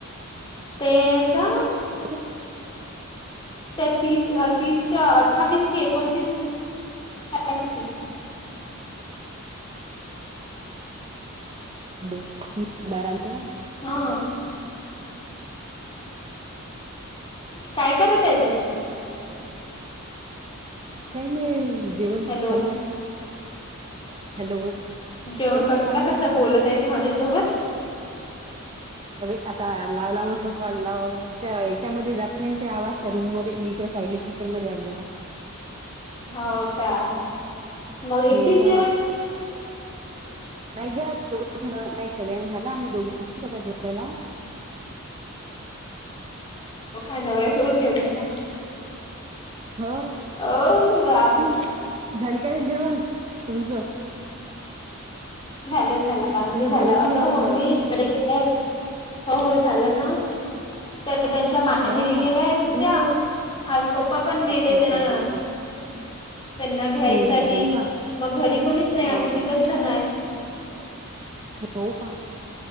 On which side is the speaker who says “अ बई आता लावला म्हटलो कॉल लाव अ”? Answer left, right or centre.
Right